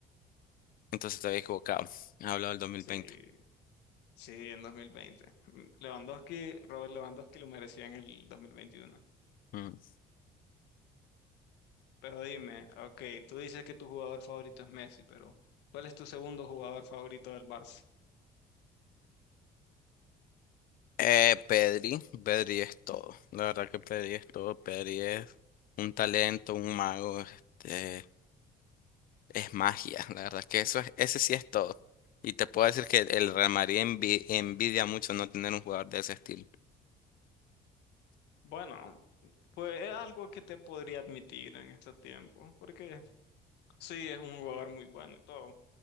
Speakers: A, on the left; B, on the left.
A: entonces te había equivocado. He hablado del 2020.
B: Sí, sí, en 2020. Mm, Lewandowski, Robert Lewandowski lo merecía en el 2021.
A: Mm.
B: Pero dime, ok, tú dices que tu jugador favorito es Messi, pero ¿cuál es tu segundo jugador favorito del Barça?
A: Eh, Pedri, Pedri es todo. La verdad que Pedri es todo. Pedri es un talento, un mago. Este, es magia. La verdad que eso es, ese sí es todo. Y te puedo decir que el Real Madrid envi- envidia mucho no tener un jugador de ese estilo.
B: Bueno, pues es algo que te podría admitir en estos tiempos, porque sí, es un jugador muy bueno y todo.